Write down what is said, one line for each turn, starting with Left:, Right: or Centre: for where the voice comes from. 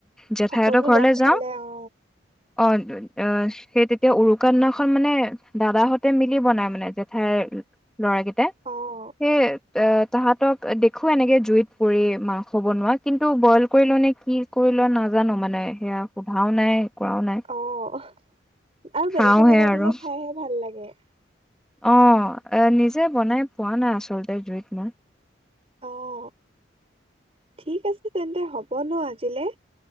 Centre: জেঠাইহঁতৰ
Right: সকলো
Centre: ঘৰলে
Right: লগ খালে
Centre: যাওঁ।
Right: অ
Centre: অ' অ'- সেই তেতিয়া উৰুকাৰ দিনা অকল মানে দাদাহঁতে মিলি বনাই মানে জেঠাইৰ ল'ৰাকেইটাই।
Right: অ'।
Centre: সেই তাহাঁতক দেখো এনেকে জুইত পুৰি মাংস বনোৱা। কিন্তু বইল কৰি নে কি কৰি লোৱা নাজানো মানে, সেয়া সোধাও নাই কৰাও নাই
Right: অ' আৰু
Centre: খাওঁহে
Right: বেলেগে বনাই
Centre: আৰু
Right: দিলে খাইহে ভাল লাগে।
Centre: অ' এ নিজে বনাই পোৱা নাই আচলতে জুইত মই।
Right: অ' ঠিক আছে তেন্তে হ'ব ন আজিলৈ।